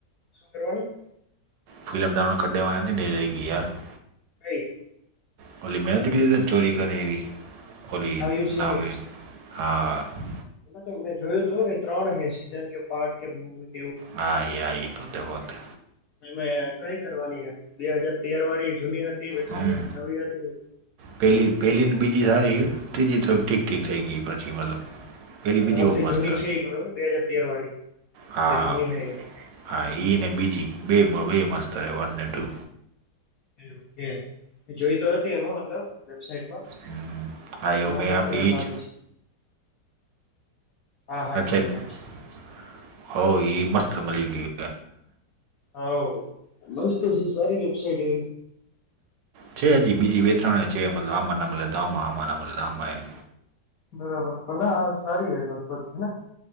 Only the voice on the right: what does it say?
ફિલ્મ ડાઉનલોડ કરઢેવાથી ડઈ ગ યાર <unintelligible>
ભોલી મહેનત કરીધ ત ચોરી કરી એવી ભલી
નાાવે
હા <unintelligible>
હા ઈ હા ઈ પોતે પોતે
હમ
પેલી પેલી ને બીજી સારી ત્રીજી તો ઠીક ઠીક થઈ ગઈ પછી મતલબ પેલી બીજી
બહુ મસ્ત
હે.
હા
હા એ ને બીજી બેય મસ્ત છે વન ને ટુ
હમ હા એવું
મેં આપી
ઈ
જ
વેબસાાઈટ
હો એ મસ્ત મળી ગઈ
છે હજી બીજી બે ત્રણે છે મતલબ આમા ના મળે તો આમા એમ